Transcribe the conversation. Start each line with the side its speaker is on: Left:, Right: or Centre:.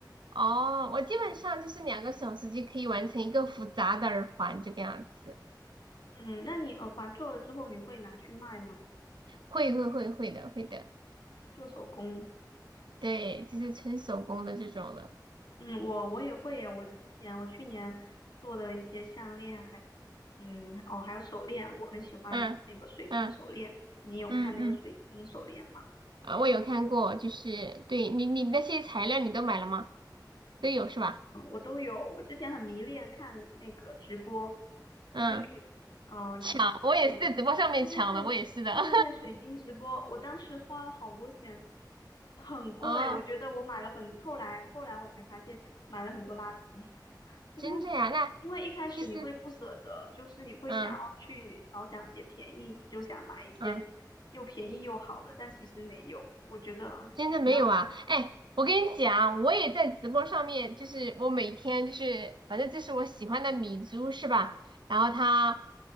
Right: 哦，我基本上就是两个小时就可以完成一个复杂的耳环这个样子，
Left: 嗯，那你耳环做了之后，你会拿去卖吗？
Right: 会会会会的会的，
Left: 做手工？
Right: 对，就是纯手工的这种的，
Left: 嗯，我我也会呀。我之前我去年做的一些项链还，嗯，哦，还有手链，我很喜欢那个水晶手链。
Right: 嗯嗯
Left: 你有看那个水晶手链吗？
Right: 嗯嗯，啊，我有看过，就是对你你那些材料你都买了吗？都有是吧？
Left: 我都有。我之前很迷恋看那个直播，
Right: 嗯，
Left: 就是那个嗯、
Right: 抢，
Left: 呃
Right: 我也是在直播上面抢的，
Left: 水晶，对对对对对对，
Right: 我也是的。<laughs>
Left: 水晶直播。我当时花了好多钱，很贵。
Right: 哦，
Left: 我觉得我买了很，后来后来我才发现买了很多垃圾，就是
Right: 真这呀？那
Left: 因为一开始你会不舍得，
Right: 其实，
Left: 就是你会想要去老想捡便宜，
Right: 嗯
Left: 你就想买一些
Right: 嗯。
Left: 又便宜又好的，但其实没有。我觉得啊你要买，
Right: 真的没有啊？哎，我跟你讲，我也在直播上面，就是我每天就是，反正就是我喜欢的米珠是吧？然后他